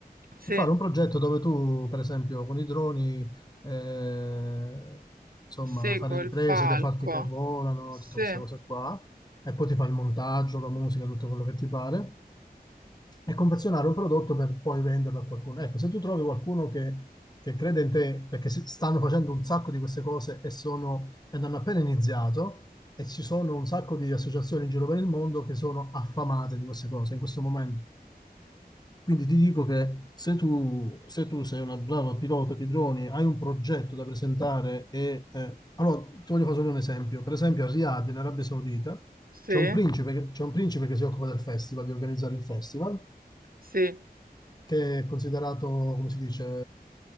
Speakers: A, on the right; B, on the left.
A: sì,
B: e fare un progetto dove tu, per esempio, con i droni, eh, insomma,
A: seguo
B: fare riprese
A: il falco.
B: dei falchi che volano,
A: Sì,
B: tutte queste cose qua e poi ti fa il montaggio, la musica, tutto quello che ti pare, e confezionare un prodotto per poi venderlo a qualcuno. Ecco, se tu trovi qualcuno che, che crede in te, perché si- stanno facendo un sacco di queste cose e, sono, ed hanno appena iniziato, e ci sono un sacco di associazioni in giro per il mondo che sono affamate di queste cose in questo momento. Quindi ti dico che se tu, se tu sei una brava pilota di droni, hai un progetto da presentare e... eh, allora, ti voglio fare solo un esempio. Per esempio, a Riyadh, in Arabia Saudita,
A: sì,
B: c'è un principe, che- c'è un principe che si occupa del festival, di organizzare il festival,
A: sì.
B: che è considerato, come si dice,